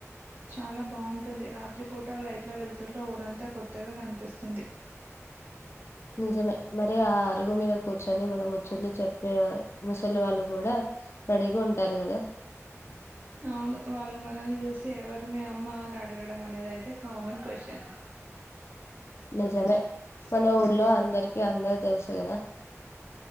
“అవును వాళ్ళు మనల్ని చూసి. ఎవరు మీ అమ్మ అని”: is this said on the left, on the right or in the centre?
Right